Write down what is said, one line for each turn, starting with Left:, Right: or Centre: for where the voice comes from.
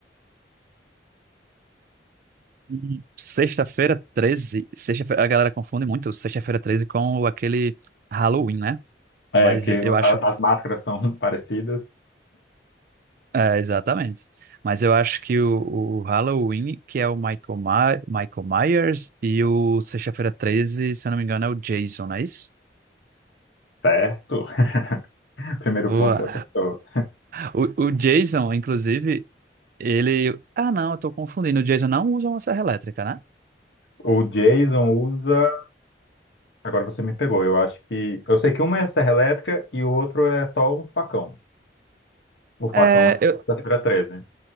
Right: Hum. Sexta-feira 13, Sexta-feira, a galera confunde muito sexta-feira 13 com o- aquele Halloween, né?
Left: É,
Right: Mas
Left: porque
Right: eu acho.
Left: a- as máscaras são <laughs> parecidas,
Right: É, exatamente. Mas eu acho que o, o Halloween, que é o Michael, My, Michael Myers, e o Sexta-feira 13, se eu não me engano, é o Jason, não é isso?
Left: certo? <laughs> Primeiro
Right: Boa.
Left: ponto você acertou.
Right: O, o Jason, inclusive, ele. Ah, não, eu tô confundindo. O Jason não usa uma serra elétrica, né?
Left: O Jason usa. Agora você me pegou. Eu acho que. Eu sei que uma é serra elétrica e o outro é só um facão. O facão
Right: É,
Left: é
Right: eu-
Left: Sexta-feira 13.